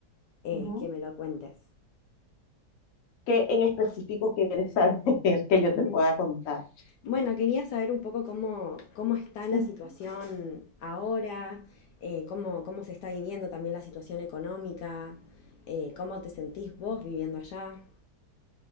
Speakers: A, on the left; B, on the left.
A: eh,
B: ujú,
A: que me lo cuentes.
B: ¿Qué en específico quieres saber <laughs>
A: <laughs>
B: que yo
A: Ujú.
B: te pueda contar?
A: Bueno, quería saber un poco cómo, cómo está la
B: ujú.
A: situación ahora, eh, cómo, cómo se está viviendo también la situación económica, eh, cómo te sentís vos viviendo allá.